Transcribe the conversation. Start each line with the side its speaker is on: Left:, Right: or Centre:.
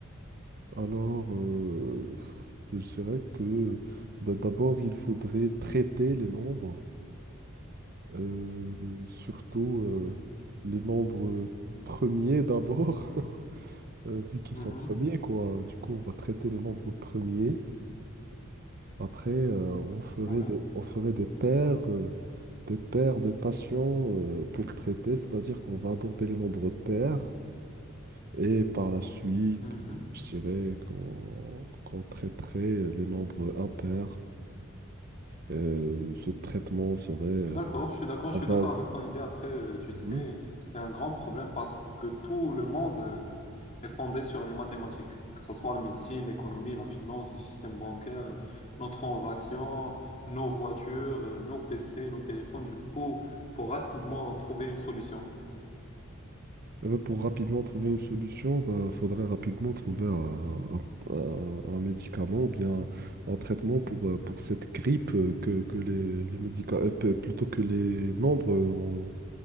Right: Alors, euh, je dirais que bah, d'abord, il faudrait traiter les nombres, euh, surtout euh, les nombres premiers d'abord, <laughs> euh, vu qu'ils
Left: Mhm,
Right: sont premiers, quoi. Du coup, on va traiter les nombres premiers. Après, euh, on ferait
Left: ouais,
Right: des, on ferait des paires, euh, des paires de patients euh, pour traiter, c'est-à-dire qu'on va aborder les nombres pairs et par la suite,
Left: mhm.
Right: je dirais qu'on qu'on traiterait les nombres impairs. Euh, ce traitement serait
Left: Je suis d'accord, je suis d'accord, je
Right: à
Left: suis
Right: base.
Left: d'accord avec ton idée. Après, euh, tu
Right: Mhm.
Left: sais, c'est un grand problème parce que tout le monde euh, est fondé sur les mathématiques, que ce soit la médecine, l'économie, la finance, le système bancaire, nos transactions, nos voitures, euh, nos PC, nos téléphones. Du coup, faut rapidement trouver une solution.
Right: Eh ben, pour rapidement trouver une solution, il faudrait rapidement trouver un, un- un- un médicament ou bien un traitement pour, euh, pour cette grippe euh, que, que les, les médica- euh, p- plutôt que les membres euh, ont,